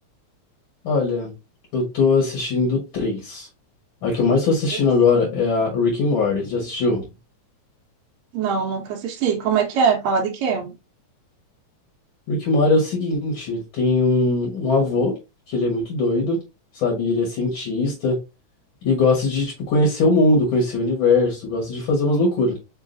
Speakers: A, on the left; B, on the right.
A: Olha, eu tô assistindo três. A que eu mais tô assistindo
B: Isso.
A: agora é a Rick and Morty, já assistiu?
B: Não, nunca assisti. Como é que é? Fala de quê?
A: Rick and Morty é o seguinte, tem um, um avô, que ele é muito doido, sabe? Ele é cientista e gosta de, tipo, conhecer o mundo, conhecer o universo, gosta de fazer umas loucuras.